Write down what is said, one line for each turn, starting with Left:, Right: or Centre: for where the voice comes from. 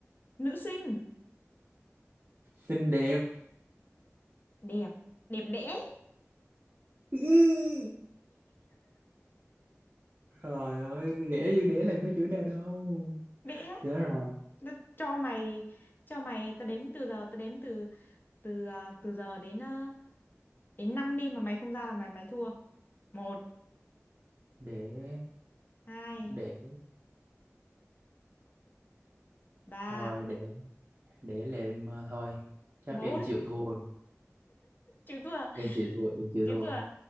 Left: nữ sinh,
Right: xinh đẹp
Left: đẹp, đẹp đẽ,
Right: Ừ. Trời ơi, đẻ chữ đẻ làm có chữ nào đâu.
Left: đẽ.
Right: Thế rồi,
Left: Đ- Cho mày, cho mày, tao đếm từ giờ, tao đếm từ từ à, từ giờ đến à, đến năm đi mà mày không ra là mày mày thua. Một,
Right: để
Left: hai,
Right: để
Left: ba,
Right: rồi để để là em ờ, thôi. Chắc
Left: bốn,
Right: em chịu thua.
Left: chữ thua,
Right: Em chịu thua, em chịu
Left: chữ
Right: thua.
Left: thua.